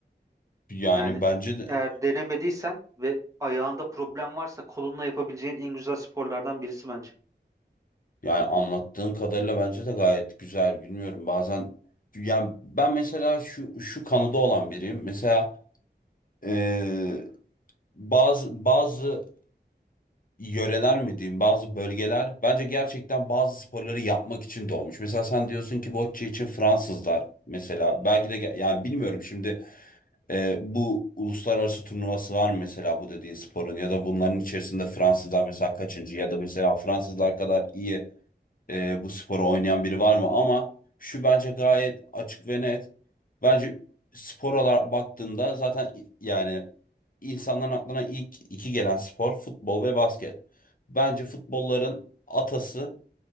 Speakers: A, on the left (about 50°); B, on the right (about 15°).
A: Yani
B: Yani
A: bence de
B: eğer denemediysen ve ayağında problem varsa kolunla yapabileceğin en güzel sporlardan birisi bence.
A: yani anlattığın kadarıyla bence de gayet güzel. Bilmiyorum. Bazen yani ben mesela şu şu kanıda olan biriyim. Mesela Ee, bazı bazı yöreler mi diyeyim, bazı bölgeler bence gerçekten bazı sporları yapmak için doğmuş. Mesela sen diyorsun ki bocce için Fransızlar mesela belki de ge- yani bilmiyorum şimdi e, bu uluslararası turnuvası var mı mesela bu dediğin sporun ya da bunların içerisinde Fransızlar mesela kaçıncı ya da mesela Fransızlar kadar iyi e, bu sporu oynayan biri var mı? Ama şu bence gayet açık ve net. Bence spor olarak baktığında zaten i- yani insanların aklına ilk iki gelen spor futbol ve basket. Bence futbolların atası